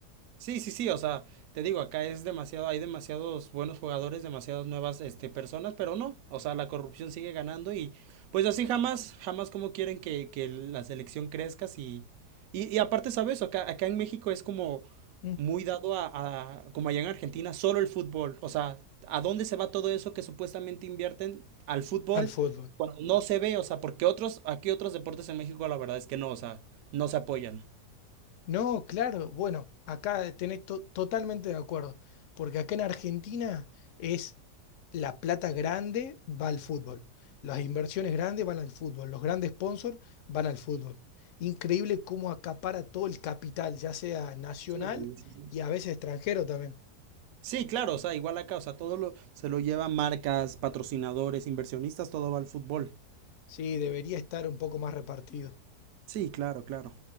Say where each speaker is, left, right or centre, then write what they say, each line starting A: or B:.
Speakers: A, on the right (about 70°); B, on the left (about 65°).
A: Sí, sí, sí, o sea, te digo, acá es demasiado, hay demasiados buenos jugadores, demasiadas nuevas, este, personas, pero no, o sea, la corrupción sigue ganando y pues así jamás, jamás como quieren que, que la selección crezca si... Y, y aparte, ¿sabes? Acá, acá en México es como
B: mm,
A: muy dado a, a, como allá en Argentina, solo el fútbol, o sea, ¿a dónde se va todo eso que supuestamente invierten al fútbol
B: al fútbol.
A: cuando no se ve? O sea, porque otros, aquí otros deportes en México la verdad es que no, o sea, no se apoyan.
B: No, claro, bueno, acá tenés to- totalmente de acuerdo, porque acá en Argentina es la plata grande va al fútbol, las inversiones grandes van al fútbol, los grandes sponsors van al fútbol. Increíble cómo acapara todo el capital, ya sea nacional
A: sí sí, sí.
B: y a veces extranjero también.
A: Sí, claro, o sea, igual acá, o sea, todo lo, se lo llevan marcas, patrocinadores, inversionistas, todo va al fútbol.
B: Sí, debería estar un poco más repartido.
A: Sí, claro, claro.